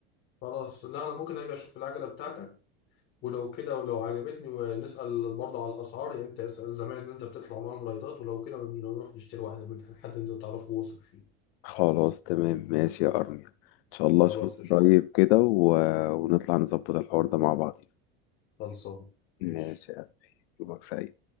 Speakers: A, on the left; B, on the left.
A: خلاص لا انا ممكن اجي اشوف العجله بتاعتك ولو كده ولو عجبتني نسال برضه على الاسعار يعني انت اسال زمايلك اللي انت بتطلع معاهم رايدات ولو كده نروح نشتري واحده من حد انت تعرفه واثق فيه
B: خلاص تمام ماشي يا أرميا ان شاء الله
A: خلاص
B: اشوفك <laughs>
A: قشطه
B: قريب كده و... ونطلع نظبط الحوار ده مع بعض
A: خلصان
B: ماشي
A: ماشي
B: يا قلبي يومك سعيد